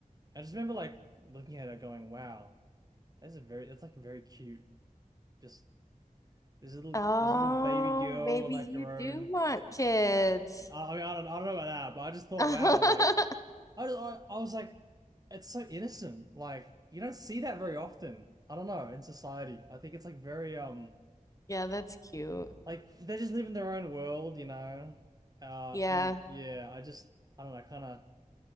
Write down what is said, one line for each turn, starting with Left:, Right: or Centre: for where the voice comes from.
Right: I just remember like looking at her going, Wow, that's a very that's like very cute. Just this little
Left: Oh,
Right: this little baby girl
Left: maybe
Right: and like
Left: you
Right: her
Left: do
Right: own
Left: want kids.
Right: I I mean I don't I don't know about that, but I just thought,
Left: <laughs>
Right: wow, like I just, I, I was like it's so innocent. Like you don't see that very often. I don't know, in society. I think it's like very um
Left: Yeah, that's cute.
Right: like they just live in their own world, you know. Uh,
Left: Yeah.
Right: and yeah, I just I don't know, kind of